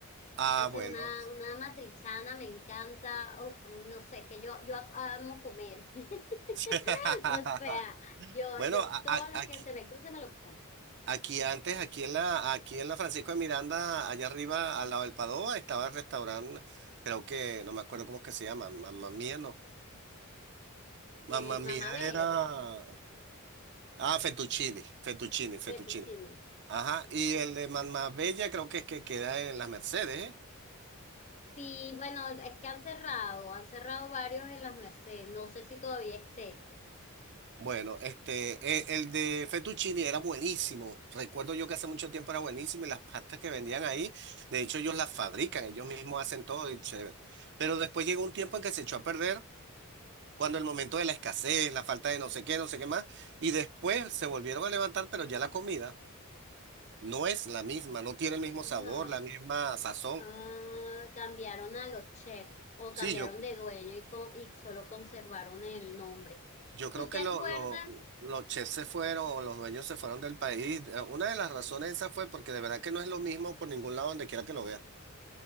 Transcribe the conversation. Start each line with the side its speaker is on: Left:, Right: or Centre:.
Right: Ah,
Left: Entonces,
Right: bueno.
Left: una, una matrichana me encanta, uf, no sé, es que yo, yo amo comer. <laughs>
Right: <laughs>
Left: O sea, yo,
Right: Bueno,
Left: yo
Right: a-
Left: todo
Right: a-
Left: lo
Right: aquí,
Left: que se me cruce me lo como.
Right: aquí antes, aquí en la, aquí en la Francisco de Miranda, allá arriba, al lado del Padova, estaba el restaurante, creo que, no me acuerdo cómo es que se llama, Mamma Mía, no.
Left: Eh,
Right: Mamma Mía
Left: Mamabela,
Right: era. Ah, fettuccini, fettuccini, fettuccini.
Left: fettuccine.
Right: Ajá, y el de Bella creo que es que queda en las Mercedes, ¿eh?
Left: Sí, bueno, es que han cerrado, han cerrado varios en las Mercedes. No sé si todavía esté.
Right: Bueno, este, e- el, de fettuccine era buenísimo. Recuerdo yo que hace mucho tiempo era buenísimo y las pastas que vendían ahí, de hecho ellos las fabrican, ellos mismos hacen todo y chévere. Pero después llegó un tiempo en que se echó a perder, cuando el momento de la escasez, la falta de no sé qué, no sé qué más, y después se volvieron a levantar, pero ya la comida no es la misma, no tiene el mismo
Left: No,
Right: sabor, la misma sazón.
Left: Ah, cambiaron a los chefs o
Right: Sí,
Left: cambiaron
Right: yo
Left: de dueño y, con- y solo conservaron el nombre.
Right: Yo creo
Left: ¿Tú
Right: que
Left: te acuerdas?
Right: lo- lo- los chefs se fueron o los dueños se fueron del país. Eh, Una de las razones esa fue porque de verdad que no es lo mismo por ningún lado donde quiera que lo veas.